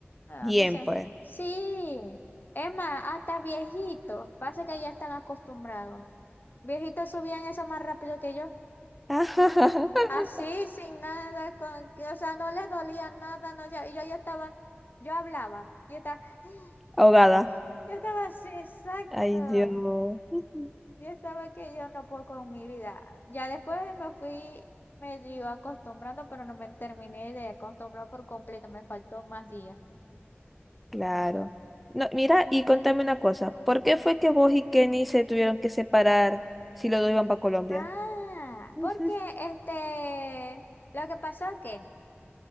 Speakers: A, on the left; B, in the centre.
A: A
B: Bien,
A: mí se.
B: pues.
A: Sí, es más, hasta viejitos. Pasa que ya están acostumbrados. Viejitos subían eso más rápido que yo.
B: <laughs>
A: Así, sin nada, con que, o sea, no les dolía nada, no, ya, y yo, yo estaba, yo hablaba, yo estaba, <gasps>
B: Ahogada.
A: yo estaba así, exacto.
B: Ay, Dios. Ujú.
A: Yo estaba que yo no puedo con mi vida. Ya después me fui medio acostumbrando, pero no me terminé de acostumbrar por completo. Me faltó más días.
B: Claro. No, mira, y contame una cosa. ¿Por qué fue que vos y Kenny se tuvieron que separar si los dos iban para Colombia?
A: Ah,
B: Ujú.
A: porque este, lo que pasó es que